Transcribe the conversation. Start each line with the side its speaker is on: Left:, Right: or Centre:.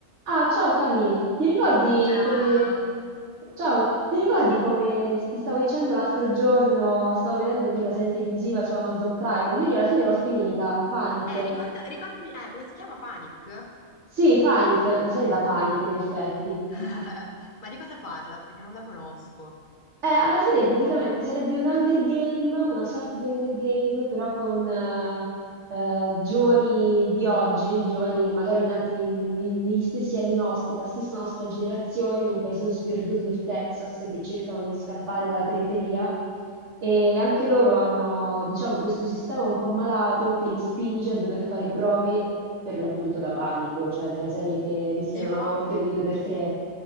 Right: Ah, ciao Cami, ti ricordi
Left: Ciao.
Right: come... Ciao, ti ricordi come ti stavo dicendo l'altro giorno, stavo vedendo quella serie televisiva su Amazon Prime, ieri alla fine l'ho finita,
Left: Oh,
Right: Panic.
Left: Eh, ricorda- ricordami, eh, come si chiama Panic?
Right: Sì, Panic, una serie da panico in effetti.
Left: <laughs> Ma di cosa parla? Perché non la conosco.
Right: Eh, alla fine praticamente sarebbe un Hunger Game, una sorta di Hunger Game, però con eh, eh, giovani di oggi, giovani magari nati ne- ne- negli stessi anni nostri, la stessa nostra generazione, in un paesino sperduto del Texas che cercano di scappare
Left: Mm?
Right: dalla periferia. E anche loro hanno, diciamo, questo sistema un po' malato che li spinge a dover fare prove per l'appunto da panico, cioè della serie che rischiano
Left: Tipo,
Right: la morte ogni due per tre.